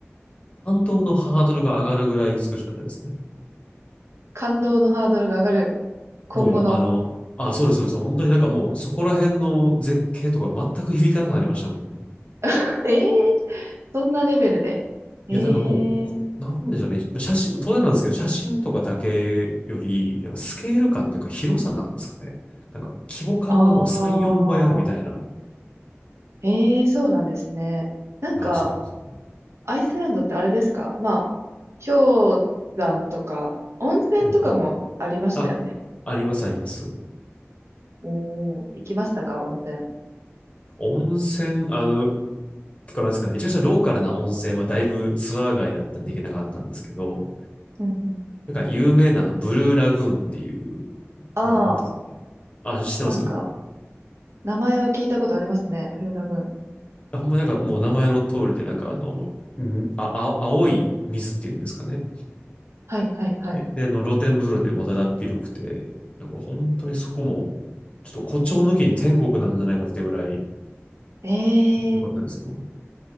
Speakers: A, on the left (about 25°); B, on the right (about 70°).
A: 感動のハードルが上がるぐらい美しかったですね。
B: 感動のハードルが上がる。今後の。
A: もう、あの、あ、そうです、そうです。本当になんかもう、そこら辺の絶景とか全く響かなくなりましたもん。もう
B: <laughs> ええそんなレベルで。ええ
A: いや、なんかもう、こなんでしょうね。写真、当然なんですけど、写真とかだけより、なんかスケール感というか広さなんですかね。なんか規模感がもう3、
B: ああ、
A: 4倍あるみたいな。
B: ええそうなんですね。なんか、
A: いや、そうですね。
B: アイスランドってあれですかまあ、氷山とか、温泉とかもありましたよね。
A: うんうん。あ、あります、あります。
B: おー、行きましたか温泉。
A: 温泉、あの、結構なんですかね、めちゃくちゃローカルな温泉はだいぶツアー外だったんで行けなかったんですけど、
B: うんうん。
A: なんか有名なのブルーラグーンっていう
B: ああ、
A: なんですかね。あ、知ってます
B: なんか、名前は聞いたことありますね。ブルーラグーン。
A: ほんまなんかもう名前の通りで、なんかあの、んあ、あ、青い水っていうんですかね。
B: はい、はい、はい。
A: で、であの露天風呂でもだだっ広くて、なんか本当にそこも、ちょっと誇張抜きに天国なんじゃないかってぐらい
B: え
A: 良かったんですよ。